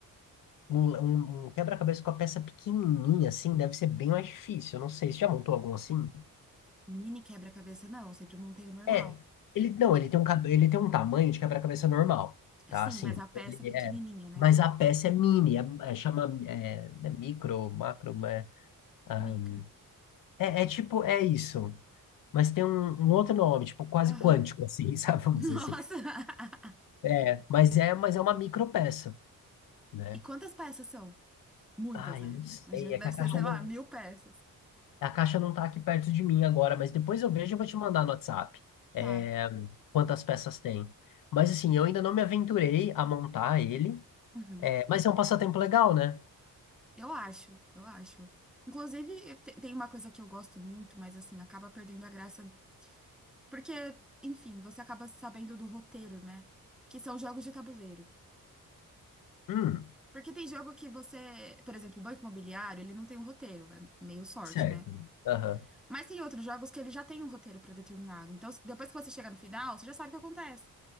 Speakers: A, on the left; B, in the centre.
A: um, um- um quebra-cabeça com a peça pequenininha assim deve ser bem mais difícil. Eu não sei, você já montou algum assim?
B: Mini quebra-cabeça, não, eu sempre montei o normal.
A: É, ele não, ele tem um cab- ele tem um tamanho de quebra-cabeça normal, tá?
B: Sim,
A: Assim,
B: mas a peça
A: ele
B: pequenininha,
A: é,
B: né?
A: mas a peça é mini, é, é- chama é, é micro, macro, é, ah,
B: Micro.
A: é, é tipo é isso, mas tem um, um outro nome, tipo quase
B: Aham.
A: quântico assim, <laughs> sabe? Vamos
B: Nossa!
A: dizer assim.
B: <laughs>
A: É, mas é, mas é uma micropeça. né?
B: E quantas peças são? Muitas,
A: Ah, eu
B: né?
A: não sei.
B: Imagino que
A: É
B: deve
A: que a
B: ser,
A: caixa
B: sei
A: não,
B: lá, mil peças.
A: a caixa não tá aqui perto de mim agora, mas depois eu vejo e vou te mandar no WhatsApp, é,
B: Tá.
A: quantas peças tem. Mas assim, eu ainda não me aventurei a montar ele,
B: Uhum.
A: é, mas é um passatempo legal, né?
B: Eu acho, eu acho. Inclusive, eu te- tem uma coisa que eu gosto muito, mas assim, acaba perdendo a graça. Porque, enfim, você acaba sabendo do roteiro, né? Que são jogos de tabuleiro.
A: Hum,
B: Porque tem jogo que você, por exemplo, o Banco Imobiliário, ele não tem um roteiro, é meio sorte,
A: certo.
B: né?
A: Aham.
B: Mas tem outros jogos que ele já tem um roteiro predeterminado. Então, se- depois que você chega no final, você já sabe o que acontece.